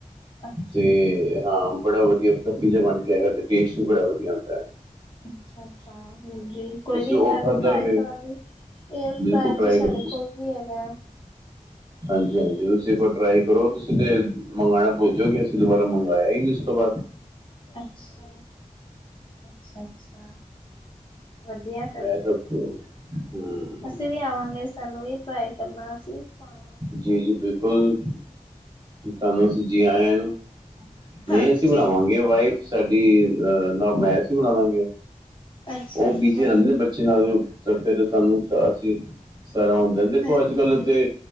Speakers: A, on the left (about 40°); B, on the right (about 30°).
A: ਅੱਛਾ।
B: ਤੇ ਹਾਂ ਬੜਾ ਵਧੀਆ ਫਲਫੀ ਜਿਹਾ ਬਣ ਕੇ ਆਏਗਾ ਤੇ ਟੇਸਟ ਵੀ ਬੜਾ ਵਧੀਆ ਹੁੰਦਾ ਏ।
A: ਅੱਛਾ-ਅੱਛਾ ਹਾਂਜੀ, ਕੋਈ ਨੀ
B: ਉਹ
A: ਮੈਂ
B: ਖਾਧਾ
A: ਵੀ ਟਰਾਈ
B: ਵੇ
A: ਕਰਾਂਗੀ। ਏਅਰ
B: ਬਿਲਕੁਲ
A: ਫਰਾਇਰ
B: ਟਰਾਈ
A: ਤਾਂ ਸਾਡੇ
B: ਕਰੋ
A: ਕੋਲ ਵੀ ਹੈਗਾ।
B: ਹਾਂਜੀ-ਹਾਂਜੀ,
A: ਹਾਂਜੀ
B: ਤੁਸੀਂ ਏਕ ਵਾਰੀ ਟਰਾਈ ਕਰੋ ਤੁਸੀਂ ਤੇ ਮੰਗਾਨਾ ਭੁੱਲ ਜੋਗੇ, ਅਸੀਂ ਦੁਬਾਰਾ ਮੰਗਇਆ ਹੀ ਨੀ ਉਸ ਤੋਂ ਬਾਅਦ।
A: ਅੱਛਾ, ਅੱਛਾ-ਅੱਛਾ ਵਧੀਆ।
B: ਮੈਂ ਸਭ ਹਮ
A: ਅਸੀਂ ਵੀ ਆਵਾਂਗੇ ਸਾਨੂੰ ਵੀ ਟਰਾਈ ਕਰਨਾ ਅਸੀਂ ਵੀ ਖਵਾਵਾਂਗੇ।
B: ਜੀ-ਜੀ, ਬਿਲਕੁਲ ਤਾਨੂੰ ਅਸੀਂ ਜੀ ਆਇਆ ਨੂੰ।
A: ਹਾਂਜੀ
B: ਨਈ ਅਸੀਂ ਬਣਾਵਾਂਗੇ ਵਾਈਫ ਸਾਡੀ ਅਹ ਨਾ ਬਣਾ ਅਸੀਂ ਬਣਾਵਾਂਗੇ
A: ਅੱਛਾ
B: ਉਹ
A: ਅੱਛਾ
B: ਬਿਜ਼ੀ ਰੇਨਦੇ ਨੇ ਬੱਚੇ ਨਾਲ ਤੇ ਫਿਰ ਸਾਨੂੰ ਅਸੀਂ ਸਾਰਾ ਹੁੰਦੇ ਨੇ ਦੇਖੋ
A: ਹਾਂਜੀ
B: ਅੱਜ-ਕੱਲ੍ਹ ਤੇ